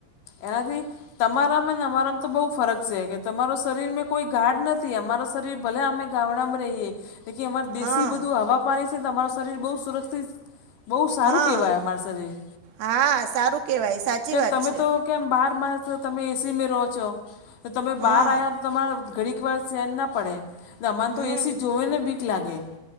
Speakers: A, on the left (about 85°); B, on the right (about 65°).
A: એનાથી તમારામાં અને અમારા તો બહુ ફરક છે કે તમારો શરીર મે કોઈ ગાઢ નથી, અમારો શરીર ભલે અમે ગામડામાં રહીએ તો કે અમારે દેશી
B: હા
A: બધું હવા પાણી. છે અમારો શરીર બહું સુરક્ષિત બહુ સારું
B: હા
A: કહેવાય અમારુ શરીર.
B: હા, સારું કહેવાય સાચી
A: કે
B: વાત
A: તમે
B: છે
A: તો કેમ બહાર માસણ તમે એસીમાં રહો છો તમે
B: હા
A: બહાર આવ્યા તમારે ઘડીક વખત ચેન ના પડે અમારે તો
B: હમ
A: એસી જોવેને બીક લાગે.